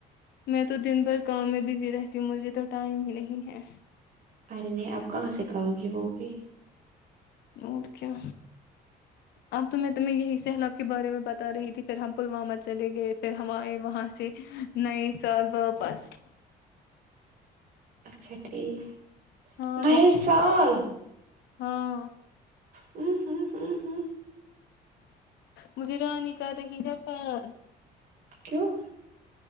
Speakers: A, on the left (about 80°); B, on the right (about 55°).
A: میں تو دن بھر کام میں بزی رہتی ہوں مجھے تو ٹائم ہی نہیں ہے
B: ارے نہیں آپ کہاں سے کرو گی وہ بھی
A: اور کیا اب تو میں تمیں یہی سیلاب کے بارے میں بتا رہی تھی پھر ہم پلوامہ چلے گئے پھر ہم آئے وہاں سے نہیں سال واپس
B: اچھا ٹھیک
A: ہاں
B: نہیں سال
A: ہاں
B: ہوں ہوں ہ ہوں
A: مجھے رانی کر رہی ہے فان
B: کیوں